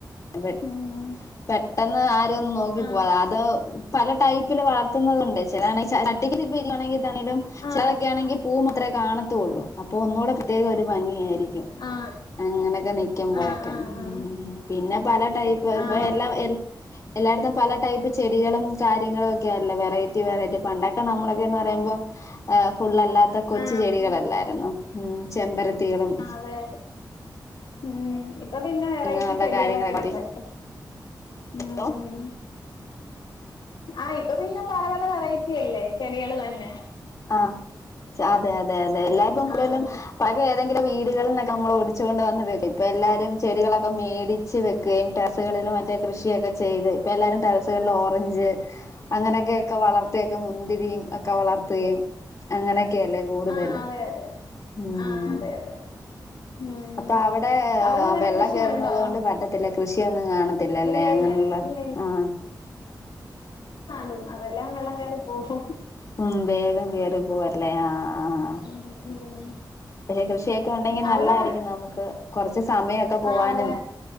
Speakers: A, on the left; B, on the left.
A: പെ
B: ഉം
A: പെട്ടെന്ന് ആരെയും ഒന്നും നോക്കി
B: ആ
A: പോവു അത് പല ടൈപ്പിൽ വളർത്തുന്നതുണ്ട് <unintelligible> ട്ടിക്ക്വാണെങ്കിൽ ലും
B: ആ
A: ചിലതൊക്കെ ആണെങ്കിൽ പൂ മാത്രമേ കാണത്തുള്ളൂ അപ്പൊ ഒന്നുകൂടെ പ്രത്യേക ഒരു ഭംഗിയായിരിക്കും
B: ആ ആ
A: അങ്ങനൊക്കെ നിക്കുമ്പോഴൊക്കെ
B: ആ ആ ആ
A: പിന്നെ <unintelligible>
B: ആ
A: എല്ല എല്ലായിടും പല ടൈപ്പ് ചെടികളും കാര്യങ്ങളൊക്കെയാല്ലേ വെറൈറ്റി വെറൈറ്റി പണ്ടൊക്കെ നമ്മളൊക്കെന്ന് പറയുമ്പോൾ ഫുള്ളല്ലാത്ത കൊച്ചു
B: ആ
A: ചെടികളല്ലായിരുന്നു ഉം ചെമ്പരത്തികളും
B: അതതെ ഉം ഇപ്പം പിന്നെ വെറൈറ്റി
A: അങ്ങനെയുള്ള
B: ചെടികളൊക്കെ
A: കാര്യങ്ങളൊക്കെ
B: ഉണ്ടല്ലോ ഉം
A: ഹലോ
B: ഉം ആഹ് ഇപ്പൊ പിന്നെ പല പല വെറൈറ്റി അല്ലേ ചെടികൾ തന്നെ
A: ആഹ് അതെ അതെ അതെ അതെ <unintelligible>
B: ആ
A: പഴയ ഏതെങ്കിലും വീട്ടി ചെടികളൊക്കെമ്മളൊടിച്ച് കൊണ്ട് വന്ന് വക്കും ഇപ്പൊ എല്ലാരും ചെടികളൊക്കെ മേടി ടിച്ച് വെക്കുകയും ചെടികളിലും മറ്റെ കൃഷിയൊക്കെ ചെയ്ത് ഇപ്പ എല്ലാരും ട്ടറസി ഓറഞ്ച് അങ്ങനെയൊക്കെൊക്കെ വളർത്തിയൊക്കെ മുന്തിരിയും ഒക്കെ വളർ അങ്ങനെ ഒക്കല്ലേ കൂടുതൽ
B: ആഹ് അതെ അതെ
A: ഉം
B: ആഹ് അതെ അതെ ഉം
A: അപ്പൊ അവിടെ
B: അവിടെ അങ്ങനെ
A: വെള്ളം
B: കൃഷിയുണ്ടോ
A: കേയറുന്നത് കൊണ്ട് പറ്റത്തില്ല കൃഷിയൊന്നും കാണത്തില്ലല്ലേ
B: ഇല്ല
A: അങ്ങനുള്ള
B: ഇല്ല ഇല്ല
A: ആഹ
B: ണും അതെല്ലാം വെള്ളം കെറി പോവും
A: ഉം വേഗം കേയറി പോവല്ലേ ആ ആഹ
B: ഉം ഉം
A: പക്ഷെ കൃഷിയൊക്കെ ഉണ്ടെങ്കിൽ
B: അവിടെ
A: നല്ലായിരിക്കും നമുക്ക് കുറച്ച് സമയമൊക്കെ പോവാനും
B: ആഹ് അതെ